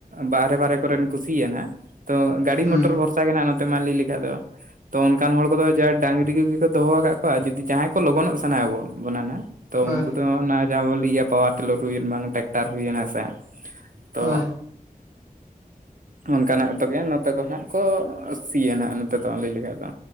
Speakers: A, on the right; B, on the right.
A: ᱵᱟᱦᱨᱮ ᱵᱟᱦᱨᱮ ᱠᱚᱨᱮᱱ ᱠᱚ ᱥᱤᱭᱟ ᱱᱟᱦᱟᱜ ᱛᱚ ᱜᱟᱹᱰᱤ
B: ᱦᱩᱸ
A: ᱢᱚᱴᱚᱨ ᱵᱷᱚᱨᱥᱟ ᱜᱮ ᱱᱟᱜ ᱱᱚᱛᱮ ᱢᱟ ᱞᱟᱹᱭ ᱞᱮᱠᱷᱟᱡ ᱫᱚ᱾ ᱛᱚ ᱚᱱᱠᱟᱱ ᱦᱚᱲ ᱠᱚᱫᱚ ᱡᱟ ᱰᱟᱝᱨᱤ ᱠᱚᱜᱮ ᱠᱚ ᱫᱚᱦᱚ ᱠᱟᱫ ᱠᱚᱣᱟ ᱡᱩᱫᱤ ᱡᱟᱦᱟᱸᱭ ᱠᱚ ᱞᱚᱜᱚᱱᱚᱜ ᱥᱟᱱᱟ ᱟᱵᱚᱱ ᱵᱚᱱᱟᱱᱟᱜ ᱛᱚ
B: ᱦᱳᱭ
A: ᱩᱱᱠᱩ ᱫᱚ ᱚᱱᱟ ᱡᱟᱦᱟᱸ ᱵᱚᱱ ᱤᱭᱟᱹ ᱯᱟᱣᱟᱨ ᱴᱤᱞᱟᱨ ᱦᱩᱭᱮᱱ ᱵᱟᱝ ᱴᱨᱟᱠᱴᱟᱨ ᱦᱩᱭᱱᱟ ᱥᱮ ᱛᱚ
B: ᱦᱳᱭ
A: ᱚᱱᱠᱟᱱᱟᱜ ᱛᱮᱜᱮ ᱱᱚᱛᱮ ᱫᱚ ᱦᱟᱸᱜ ᱠᱚ ᱥᱤᱭᱟ ᱱᱟᱜ ᱱᱚᱛᱮ ᱫᱚ ᱞᱟᱹᱭ ᱞᱮᱠᱟᱱ ᱫᱚ᱾